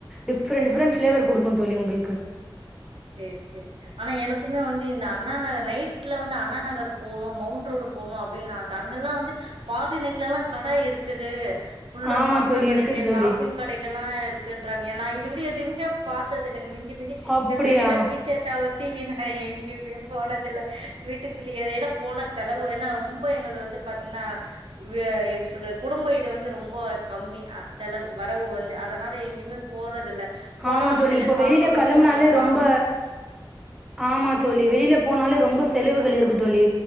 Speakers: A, in the centre; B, on the right.
A: டிஃப்ரெண்ட் டிஃப்ரெண்ட் ஃபிளேவர் குடுக்கு தோழி உங்குள்க்கு
B: சேரி சேரி ஆனா எனக்குமே வந்து இந்த அண்ணா நகர் நைட்ல வந்து அண்ணா நகர் போணும் மௌன்ட்ரோடு போணு அப்டின்னு ஆச அங்கல்லா வந்து பாதி நைட்லஎல்லா கட இருக்குது ஃபுல்லா
A: ஆமா
B: சாப்புட்ற
A: தோழி
B: கடைங்க
A: இருக்குது தோழி
B: ஷாப்பிங் கடைகள்ல்லா இருக்குன்றாங்க நா இதுவரை எதுவுமே பாத்ததில்லிங் மிஞ்சி மிஞ்சி
A: அப்டியா
B: இந்த மெரினா பீச்ச தவுத்தி நா எங்கியுமே போனதில்ல வீட்டுக்குள்ளியே தா ஏன்னா போன செலவு ஏன்னா ரொம்ப எங்கள்து வந்து பாத்தீங்ன்னா அ எப்டி சொல்றது குடும்போ இது வந்து ரொம்போ கம்மி செலவு வரவு வந்து அதனால எங்கேயுமே போறதுல்ல போனா
A: ஆமா
B: நம்மளுக்கு
A: தோழி.
B: எதே
A: இப்போ
B: பாக்கணும்னு
A: வெளில கெளம்புனாலே
B: தோணும்
A: ரொம்ப ஆமா தோழி வெளியில போனாலே ரொம்ப செலவுகள் இருக்கு தோழி